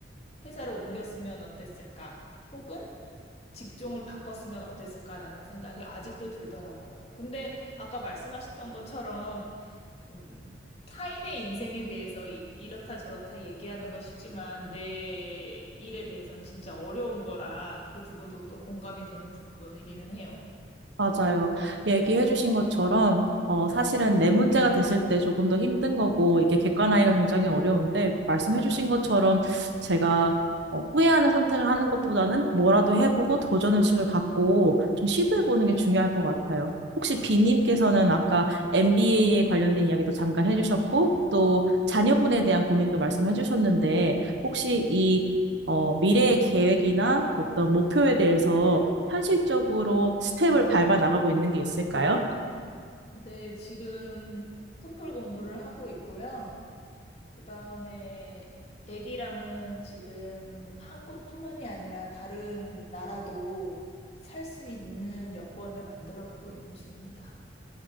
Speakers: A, on the left; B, on the right.
A: 회사를 옮겼으면 어땠을까? 혹은 직종을 바꿨으면 어땠을까라는 생각이 아직도 들더라고요. 근데 아까 말씀하셨던 것처럼 음, 타인의 인생에 대해서 이, 이렇다 저렇다 얘기하는 건 쉽지만 내 일에 대해서는 진짜 어려운 거라 그 부분도 또 공감이 되는 부분이기는 해요.
B: 맞아요. 얘기해 주신 것처럼, 어, 사실은 내 문제가 됐을 때 조금 더 힘든 거고, 이게 객관화하기가 굉장히 어려운데, 말씀해 주신 것처럼 제가 어, 후회하는 선택을 하는 것보다는 뭐라도 해보고 도전 의식을 갖고 좀 시도해 보는 게 중요할 것 같아요. 혹시 비님께서는 아까 MBA에 관련된 이야기도 잠깐 해주셨고, 또 자녀분에 대한 고민도 말씀해 주셨는데, 혹시 이 어, 미래의 계획이나 어떤 목표에 대해서 현실적으로 스텝을 밟아 나가고 있는 게 있을까요?
A: 네, 지금 토플 공부를 하고 있고요. 그 다음에 애기랑은 지금 한국뿐만이 아니라 다른 나라도 살 수 있는 여권을 만들어 가고 있는 중입니다.